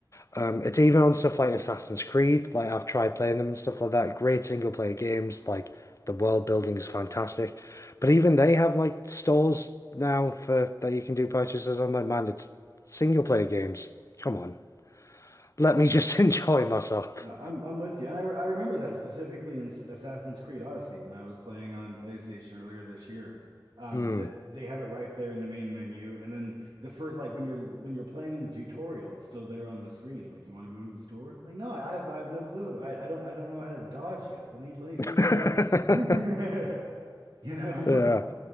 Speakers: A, on the left; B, on the right.
A: Um, it's even on stuff like Assassin's Creed. Like I've tried playing them and stuff like that. Great single player games. Like the world building is fantastic. But even they have like stores now for that you can do purchases. I'm like, man, it's single player games. Come on. Let me just <laughs> enjoy myself.
B: No, I'm I'm with you. And I I remember that specifically in S- Assassin's Creed Odyssey when I was playing on PlayStation earlier this year. Um,
A: Mm.
B: that they have it right there in the main menu, and then the first like when you're when you're playing in the tutorial, it's still there on the screen. Like, you want to go to the store? Like, no, I have I have no clue. I I don't I don't know how to dodge yet. Let me let me figure
A: <laughs>
B: that. <laughs> You know?
A: Yeah.